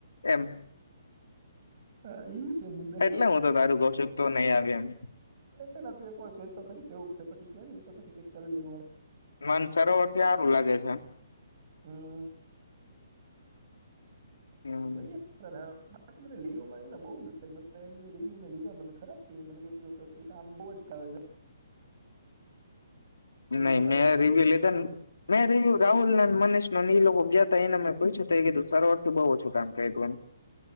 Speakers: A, on the left; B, on the right.
A: એમ
B: હા એ છે મુદ્દા
A: એટલે
B: વાત
A: હું તો તારું કઉ છું તું નહી આવી એમ
B: એ પેલા તે એક વાર કહેં તો ખરી કેવું છે પછી કે નૅ પછી ઍકલ દે
A: મન સરોવર થી સારું લાગે છે.
B: હમ
A: હમ
B: કરીએ તો લીવોમાં બ બે ર્યુ મે લીધા મને ખરાબ મ કામ બહુ જાવ છે. <inaudible>
A: નહી
B: એવું કેતા
A: મેં
B: હતા
A: રિવ્યુ લીધા ને મેં રિવ્યુ રાહુલ ના
B: હા
A: મનીષ ન ઈ લોકો ગયા એને મેં પૂછ્યું તૅ કીધું સરવરથી બહુ ઓછું કામ કર્યું